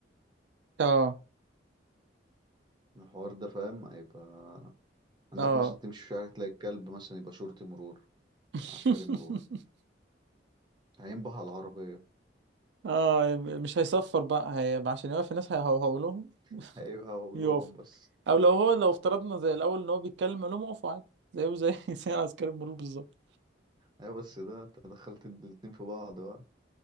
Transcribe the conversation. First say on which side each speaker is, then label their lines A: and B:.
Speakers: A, on the right; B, on the right.
A: اه
B: الحوار ده فاهم هيبقى عندك
A: اه
B: مثلا تمشي في شارع تلاقي الكلب مثلا يبقى شرطي مرور
A: <laughs>
B: عسكري مرور هينبه على العربية
A: اه مش هيصفر بقى هيبقى عشان يوقف الناس هيهوهو لهم
B: <laughs> هيبقى هقولهم
A: يقف
B: بس
A: او لو هو لو افترضنا زي الاول ان هو بيتكلم علوم اقفوا عادي زيه زي <laughs> زي عسكري المرور بالظبط
B: ايوه بس ده انت دخلت الاتنين في بعض بقى